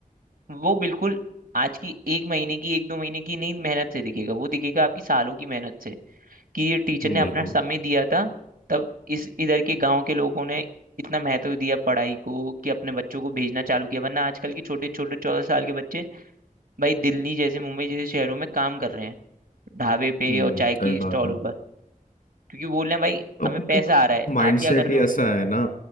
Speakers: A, on the right; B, on the left.
A: वो बिल्कुल आज की एक महीने की एक दो महीने की नहीं मेहनत से दिखेगा वो दिखेगा आपकी सालों की मेहनत से कि ये टीचर ने अपना
B: बिल्कुल
A: समय दिया था तब इस इधर के गांव के लोगों ने इतना महत्व दिया पढ़ाई को कि अपने बच्चों को भेजना चालू किया वरना आजकल के छोटे छोटे चौदह साल के बच्चे भाई दिल्ली जैसे मुंबई जैसे शहरों में काम कर रहे हैं ढाबे पे
B: हम्म
A: और चाय की
B: सही
A: स्टॉलों
B: बात है
A: पर क्योंकि बोल रहे हैं भाई
B: अब
A: हमें
B: इनका
A: पैसा आ रहा है
B: माइंडसेट
A: आप क्या कर रहे
B: ही
A: हो
B: ऐसा है ना